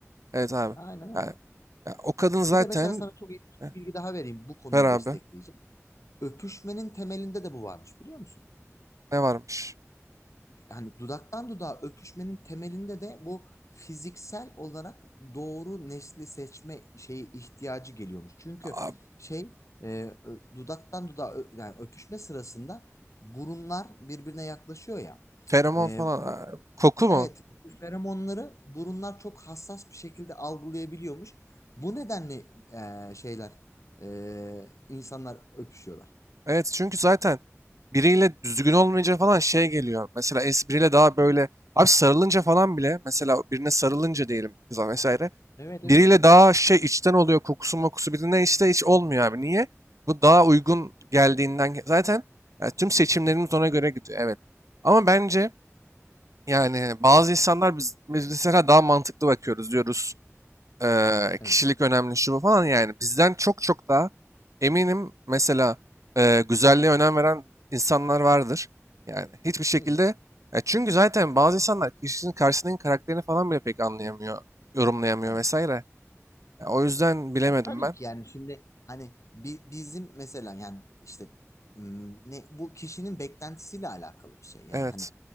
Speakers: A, on the right; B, on the left.
A: Evet abi.
B: Aynen öyle.
A: Yani, ya o kadın zaten
B: Bir de mesela sana çok ilginç
A: Heh,
B: bir bilgi daha vereyim bu konuyu
A: ver abi
B: destekleyecek. Öpüşmenin temelinde de bu varmış biliyor musun?
A: ne varmış?
B: hani dudaktan dudağa öpüşmenin temelinde de bu fiziksel olarak doğru nesli seçme şeyi ihtiyacı geliyormuş. Çünkü
A: Aa,
B: şey e, dudaktan dudağa ö- yani öpüşme sırasında burunlar birbirine yaklaşıyor ya.
A: feromon
B: E,
A: falan.
B: bu
A: Aa, koku
B: evet
A: mu?
B: bu feromonları burunlar çok hassas bir şekilde algılayabiliyormuş. Bu nedenle e, şeyler e, insanlar öpüşüyorlar.
A: Evet çünkü zaten biriyle düzgün olmayınca falan şey geliyor. Mesela es- biriyle daha böyle abi sarılınca falan bile mesela birine sarılınca
B: Hı hı.
A: diyelim kıza vesaire.
B: Evet evet.
A: Biriyle daha şey içten oluyor kokusu mokusu birine işte hiç olmuyor abi. Niye? Bu daha uygun geldiğinden ge- zaten yani tüm seçimlerimiz ona göre gidiyor evet. Ama bence yani bazı insanlar biz, biz mesela daha mantıklı bakıyoruz diyoruz. Eee,
B: Evet.
A: kişilik önemli şu bu falan yani bizden çok çok daha eminim mesela eee, güzelliğe önem veren insanlar vardır. Yani hiçbir şekilde
B: Tabii canım.
A: ya çünkü zaten bazı insanlar kişinin karşısındaki karakterini falan bile pek anlayamıyor, yorumlayamıyor
B: Aynen.
A: vesaire. Ya o yüzden bilemedim
B: Ya tabii
A: ben.
B: ki yani şimdi hani bi- bizim mesela yani işte m, ne bu kişinin beklentisiyle alakalı bir şey. Yani
A: Evet.
B: hani